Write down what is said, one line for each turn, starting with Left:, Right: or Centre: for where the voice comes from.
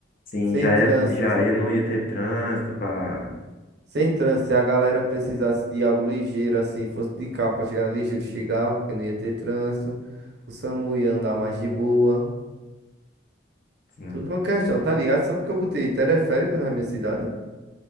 Left: Sim,
Right: Sem
Left: já
Right: trânsito,
Left: ia, já ia, não ia ter trânsito pra.
Right: Sem trânsito, se a galera precisasse de algo ligeiro, assim, fosse de carro pra chegar ligeiro, chegava, porque não ia ter trânsito. O SAMU ia andar mais de boa.
Left: Sim.
Right: Tudo uma questão, tá ligado? Só porque eu botei teleférico na minha cidade.